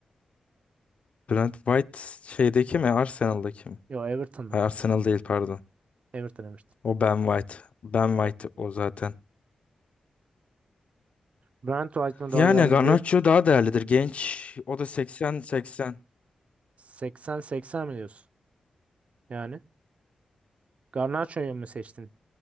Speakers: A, on the left; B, on the right.
A: Brent White şeydeki mi Arsenal'daki mi?
B: Yo Everton mu?
A: Ay, Arsenal değil pardon.
B: Everton Everton.
A: O Ben White. Ben White
B: Evet.
A: o zaten.
B: Brent White mı daha
A: Yani
B: değerlidir?
A: Garnacho daha değerlidir. Genç. O da 80-80.
B: 80-80 mi diyorsun? Yani Garnaço'yu mu seçtin?